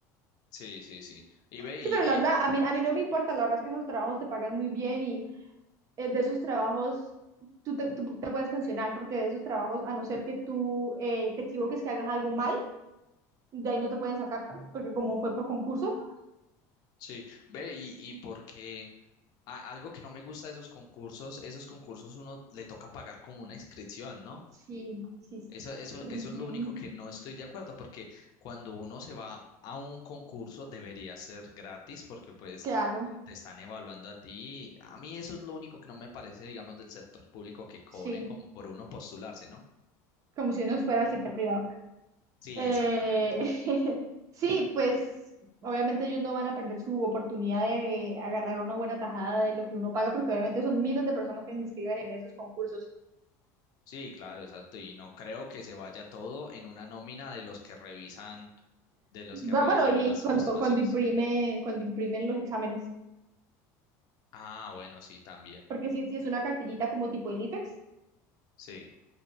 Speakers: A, on the left; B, on the right.
A: sí, sí, sí. Y ve,
B: Sí,
A: y,
B: pero la verdad, a mí, a mí no me importa, la verdad es que esos trabajos te pagan muy bien y eh, de esos trabajos, tú te, tú te puedes pensionar, porque de esos trabajos, a no ser que tú eh, te equivoques, que hagas algo mal, de ahí no te pueden sacar, porque como fue por concurso.
A: Sí, ve, y, y porque a- algo que no me gusta de esos concursos, esos concursos uno le toca pagar como una inscripción, ¿no?
B: Sí, sí. sí.
A: Eso, eso,
B: Ujú,
A: eso es lo único que no estoy de acuerdo, porque cuando uno se va a un concurso debería ser gratis, porque pues
B: Claro,
A: te están evaluando a ti. A mí eso es lo único que no me parece, digamos, del sector público que cobren
B: sí,
A: como por uno postularse, ¿no?
B: como si uno fuera al sector privado.
A: Sí,
B: Eh,
A: exactamente.
B: <laughs> sí, pues obviamente ellos no van a perder su oportunidad de agarrar una buena tajada de lo que uno paga, porque obviamente son miles de personas que se inscriben en esos concursos.
A: Sí, claro, exacto. Y no creo que se vaya todo en una nómina de los que revisan, de los que revisan
B: Va- Bueno, y
A: las
B: cuando,
A: postulaciones.
B: cuando imprime, cuando imprimen los exámenes.
A: Ah, bueno, sí, también.
B: Porque sí, sí es una cartillita como tipo el IFEX.
A: Sí.